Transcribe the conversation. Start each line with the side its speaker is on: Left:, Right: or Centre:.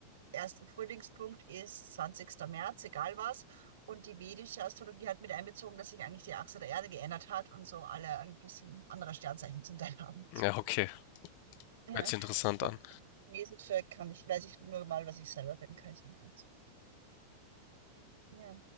Right: erste Frühlingspunkt ist zwanzigster März, egal was. Und die vedische Astrologie hat mit einbezogen, dass sich eigentlich die Achse der Erde geändert hat und so alle ein bisschen andere Sternzeichen zum Teil haben. Und
Left: Ja, okay,
Right: so.
Left: hört
Right: Ja.
Left: sich interessant
Right: Und
Left: an.
Right: chinesische kann ich, weiß ich nur mal, was ich selber bin, kann ich nicht. so. Ja.